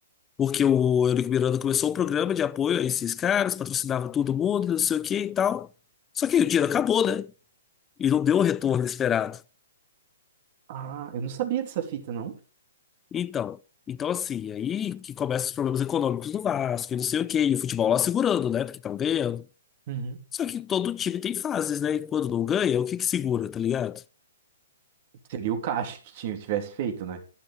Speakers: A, on the left; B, on the right.
A: Porque o Eurico Miranda começou um programa de apoio a esses caras, patrocinava todo mundo, não sei o que e tal. Só que aí o dinheiro acabou, né? E não deu o retorno esperado.
B: Ah, eu não sabia dessa fita, não.
A: Então, então assim, aí que começam os problemas econômicos do Vasco e não sei o que E o futebol lá segurando, né? Porque estão ganhando.
B: Uhum.
A: Só que todo time tem fases, né? E quando não ganha, o que que segura, tá ligado?
B: Seria o Kashi que tinha- tivesse feito, né?